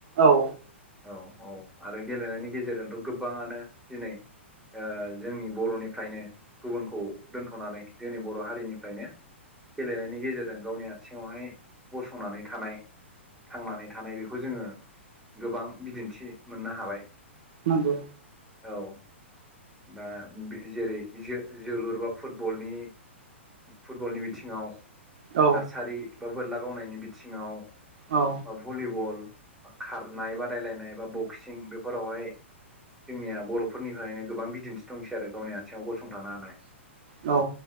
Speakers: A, on the right (about 55°); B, in the centre.
A: औ
B: औ औ आरो गेलेनायनि गेजेरजोंथ' गोबाङानो दिनै जोंनि बर'निफ्रायनो गुबुनखौ दोनथ'नानै जोंनि बर' हारिनिफ्रायनोओ गेलेनायनि गेजेरजों गावनि आथिङावहाय गसंनानै थानाय थांनानै थानाय बेखौ जोङो गोबां बिदिन्थि मोननो हाबाय
A: नंगौ
B: औ दा जेरै जोलुर बा फुटबलनि फुटबलनि बिथिङाव
A: औ
B: हारसारि बा बोरला गावनायनि बिथिङाव
A: औ।
B: भलिबल खारनाय बादायलायनाय बा बक्सिं बेफोरावहाय जोंनिया बर'फोरनिफ्रायनो गोबां बिदिन्थि दंसै आरो गावनि आथिङाव गसंथानो हानाय
A: औ।